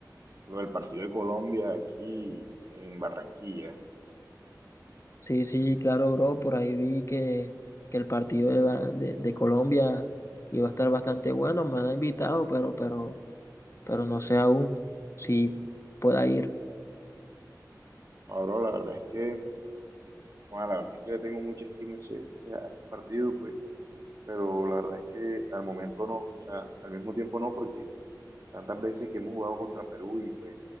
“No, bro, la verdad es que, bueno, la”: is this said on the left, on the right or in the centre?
Right